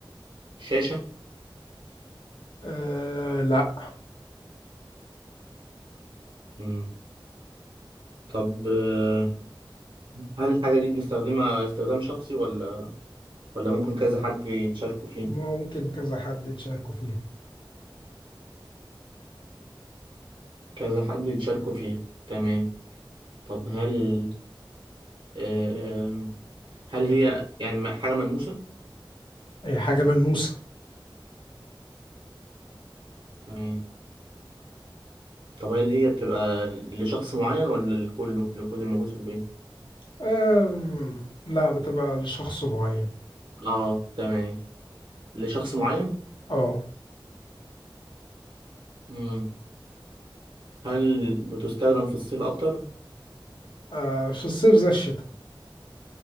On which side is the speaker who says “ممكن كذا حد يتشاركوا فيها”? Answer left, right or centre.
Left